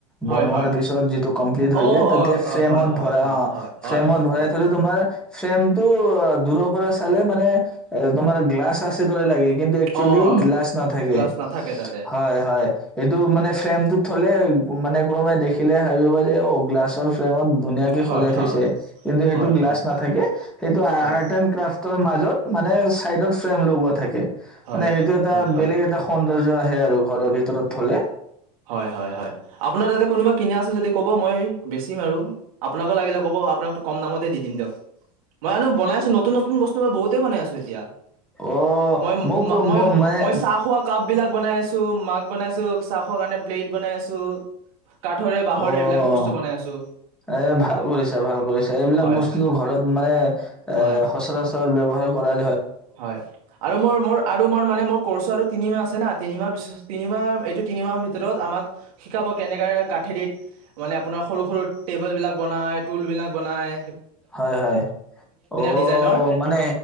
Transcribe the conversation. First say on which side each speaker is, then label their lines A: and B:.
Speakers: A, on the right; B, in the centre.
A: হয়
B: বনোৱাৰ
A: হয়
B: পিছত যিটো কমপ্লিট হৈ
A: অ
B: যায়। তাতে
A: অ
B: ফ্ৰেমত
A: অ হয় হয়
B: ভৰা
A: হয়
B: অ
A: হয় হয়
B: ফ্ৰেমত
A: হয়
B: ভৰাই
A: হয়
B: থলে তোমাৰ ফ্ৰেম টো অ' দূৰৰ পৰা চালে মানে এ তোমাৰ গ্লাছ আছে দৰে লাগে। কিন্তু একচুৱেলী
A: অ হয়
B: গ্লাছ থাকে
A: গ্লাছ নাথাকে তাতে
B: হয় -হয় হয়, এইটো মানে ফ্ৰেমটোত থলে মানে কোনোবাই দেখিলে ভাবিব যে অ' গ্লাছৰ ফ্ৰেমত ধুনীয়াকে
A: হয়
B: সজাই থৈছে,
A: হয়
B: কিন্তু সেইটো
A: হয়
B: গ্লাছ
A: হয়
B: নাথাকে সেইটো
A: হয়
B: আৰ্ট এ ক্ৰাফট ৰ মাজত মানে চাইডত ফ্ৰেম লগোৱা থাকে।
A: হয়।
B: এ
A: হয় হয়
B: বেলেগ এটা আহে আৰু ঘৰৰ ভিতৰত থ'লে।
A: হয় হয় আপোনাৰ তাতে কোনোবা কিনা আছো যদি ক'ব মই বেছিম আৰু আপোনাকো লাগিলে ক'ব আপোনাকতো কম দামতে দি দিম দিয়ক মই আনো বনাইছো নতুন নতুন বস্তু মই বহুতেই বনাই আছো এতিয়া।
B: অ'
A: মই-
B: মোক
A: মই
B: ম মানে
A: -মই চাহ খোৱা কাপ বিলাক বনাই আছো মাগ বনাইছো। চাহ খোৱা কাৰণে প্লেইট বনাই আছো। কাঠৰে বাঁহৰে
B: অ'
A: এইবিলাকে বস্তু বনাই আছো।
B: এ ভাল কৰিছা ভাল কৰিছা এইবিলাক
A: হয়
B: বস্তুতটো
A: হয়।
B: ঘৰত মানে এ
A: হয়
B: সচৰাচৰ ব্যৱহাৰ কৰাই
A: হয় আৰু মোৰ -মোৰ আৰু মোৰ মানে মোৰ কৰ্চ আৰু তিনি মাহ আছে না তিনিমাহ পিছ তিনিমাহ এইটো তিনিমাহৰ ভিতৰত আমাক শিকাব কেনেকৈ কাঠেৰিত মানে আপোনাৰ সৰু সৰু টেবুলবিলাক বনায় টুলবিলাক বনায়।
B: হয় -হয় অ'
A: ডিজাইনৰ
B: মানে